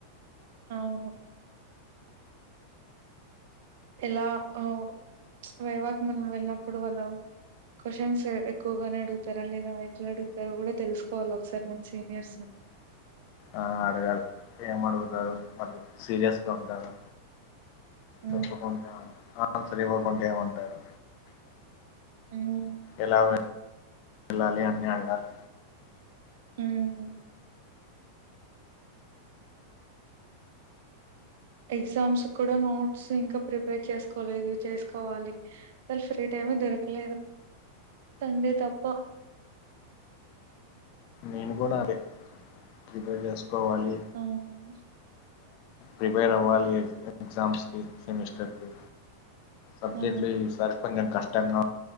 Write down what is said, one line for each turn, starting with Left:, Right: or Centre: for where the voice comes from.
Right: అవును ఆ ఎలా ఆ వైవాక్ మనం వెళ్ళినప్పుడు వాళ్ళ క్వ్చన్స్ ఎక్కువగానే అడుగుతారా లేదా ఎట్లా అడుగుతారో కూడా తెలుసుకోవాలి ఒకసారి మన సీనియర్స్ ని
Left: ఆ అడేగాలి ఏం అడుగుతారు వాళ్ళు సీరియస్గా ఉంటారా
Right: హ్మ్
Left: చెప్పంట ఆన్సర్ ఇవ్వకుంటే ఏమంటారు
Right: హమ్
Left: ఎలా వెళ్ళాలి అన్నీ అడగాలి
Right: హమ్ ఎగ్జామ్స్ కూడా నోట్స్ ఇంకా ప్రిపేర్ చేసుకోలేదు చేసుకోవాలి అసలు ఫ్రీ టైమే దొరకలేదు సండే తప్ప
Left: నేను కూడా అదే ప్రిపేర్ చేస్త కోవాలి
Right: హ్మ్
Left: ప్రిపేర్ అవ్వాలి ఎగ్జమ్స్కి సెమస్టర్కి సబ్జెక్ట్లు
Right: హ్మ్
Left: ఈ సారి కొంచెం కష్టంగా